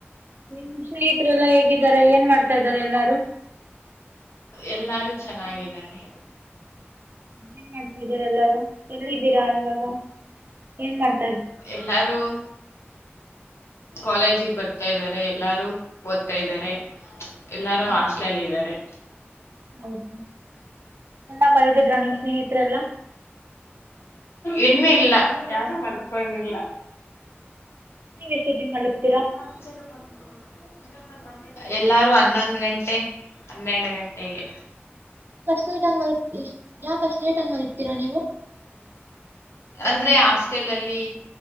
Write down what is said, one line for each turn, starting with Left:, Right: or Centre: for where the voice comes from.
Right: ನಿ ಸ್ನೇಹಿತರೆಲ್ಲ ಹೇಗಿದ್ದಾರೆ ಏನ್ ಮಾಡ್ತಾ ಇದಾರೆ ಎಲ್ಲಾರು <unintelligible>
Left: ಎಲ್ಲಾರು ಚೆನ್ನಾಗಿದ್ದಾರೆ
Right: ಏನ್ ಮಾಡ್ತಾ ಇದಾರೆ ಎಲ್ಲಾರು ಎಲ್ಲಿದ್ದೀರಾ ಇವಾಗ ಏನ್ ಮಾಡ್ತ
Left: ಎಲ್ಲಾರು ಕಾಲೇಜಿಗೆ ಬರ್ತಾ ಇದ್ದಾರೆ ಎಲ್ಲಾರು ಓದ್ತಾ ಇದ್ದಾರೆ ಎಲ್ಲಾರೂ
Right: ಹಾ
Left: ಹಾಸ್ಟೆಲ್ ಅಲ್ಲಿ ಇದ್ದರೆ
Right: ಹೌದಾ ಎಲ್ಲ ಮಲ್ಗಿದ್ರ ನಿಮ್ಮ್ ಸ್ನೇಹಿತರೆಲ್ಲಾ
Left: ಇನ್ನು ಇಲ್ಲ ಯಾರು ಮಲ್ಕೊಂಡಿಲ್ಲ
Right: ನೀವ್ ಎಷ್ಟೋತ್ತಿಗೆ ಮಲಗ್ತೀರಾ
Left: <unintelligible> ಎಲ್ಲಾರು ಹನ್ನೊಂದು ಗಂಟೆ ಹನ್ನೆರಡು ಗಂಟೆಗೆ
Right: ಆಷ್ಟು ಲೇಟಾಗಿ ಮಲ್ಗ್ ಯಾಕೆ ಅಷ್ಟು ಲೇಟಾಗಿ ಮಲಗ್ತೀರಾ ನೀವು
Left: ಅಂದ್ರೆ ಹಾಸ್ಟೆಲ್ ಅಲ್ಲಿ